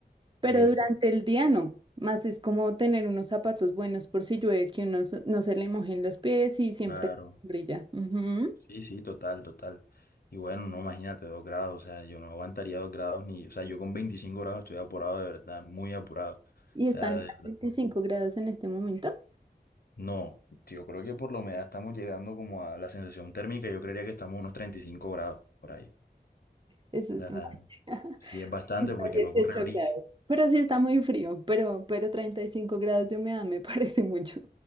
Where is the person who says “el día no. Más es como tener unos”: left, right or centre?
Right